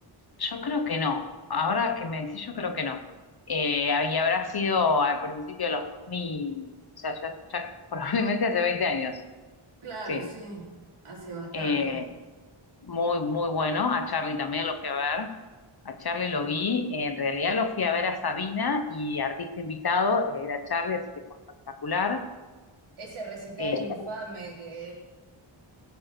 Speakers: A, on the left; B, on the right.
A: yo creo que no. Ahora que me decís, yo creo que no. Eh, y habrá sido al principio de los dos mil o sea, ya, ya <laughs> probablemente hace 20 años.
B: Claro,
A: Sí.
B: sí, hace bastante.
A: Eh, muy, muy bueno. A Charlie también lo fui a ver. A Charlie lo vi, en realidad lo fui a ver a Sabina y artista invitado era Charlie, así que fue espectacular.
B: Ese recital
A: Eh,
B: infame que,